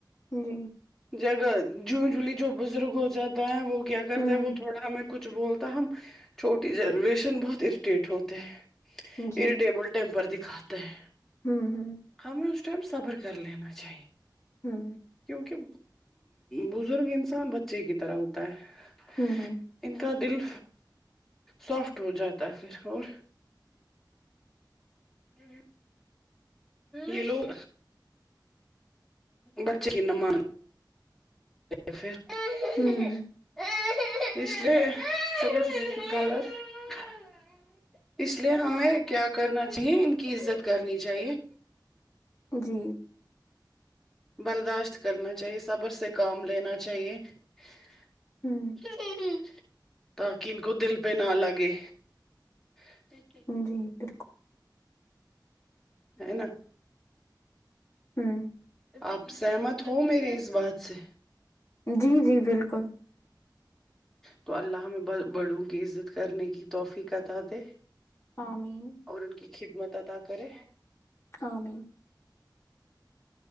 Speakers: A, on the left; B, in the centre.
A: جی
B: جگہ ج جلی جو بزرگ ہو جاتا ہے وہ کیا کرتا
A: ہوں
B: ہے وہ تھوڑا ہمیں کچھ بولتا ہم چھوٹی جنریشن بہت اریٹیٹ ہوتے ہیں
A: جی
B: اریٹیبل ٹائم پر دکھاتا ہے
A: ہوں ہوں
B: ہمیں اس ٹائم صبر کر لینا چاہیے
A: ہم
B: کیونکہ بزرگ انسان بچے کی طرح ہوتا ہے
A: ہوں
B: ان کا دل سافٹ ہو جاتا ہے پھر اور ہوں یہ لوگ بچے کی نا مان ف <unintelligible>
A: ہوں
B: <unintelligible> اس لیے ہمیں کیا کرنا چاہیے ان کی عزت کرنی چاہیے
A: جی
B: برداشت کرنا چاہیے صبر سے کام لینا چاہیے <unintelligible>
A: ہوں
B: تاکہ ان کو دل پہ نہ لگے ہے
A: جی بالکل
B: ہے نا
A: ہم
B: آپ سہمت ہو میری اس بات سے
A: جی جی بالکل
B: تو اللہ میں بڑوں گی عزت کرنے کی توحفیقت عطا دے
A: امین
B: اور ان کی خدمت عطا کرے
A: آمین